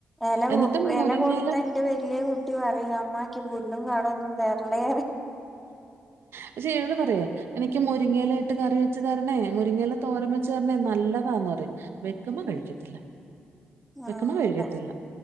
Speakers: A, in the centre; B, on the right.
A: എലകൊ
B: എന്നിട്ടും മുരിങ്ങയില
A: എലകൊടുത്ത ൻ്റെ വല്ല്യ കു ട്ടിപറയും അമ്മാക്ക് പുല്ലും കാടൊന്നും തരല്ലേ
B: പക്ഷെ ഇവള് പറയാ എനിക്ക് മുരിങ്ങയില ഇട്ട് കറി വെച്ചു തരണേ, മുരിങ്ങയില തോരം വെച്ചച്ച് തരണേ, നല്ലതാന്ന് പറയും. വെക്കുമ്പോ
A: പറയും
B: കഴിക്കത്തില്ല.
A: ആഹ്
B: വെക്കുമ്പോ കഴിക്കത്തില്ല
A: അതെ.